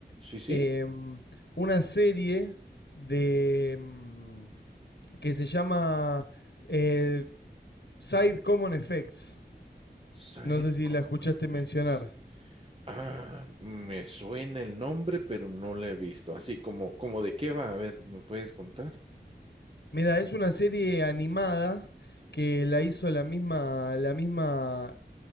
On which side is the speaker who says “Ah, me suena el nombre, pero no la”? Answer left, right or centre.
Right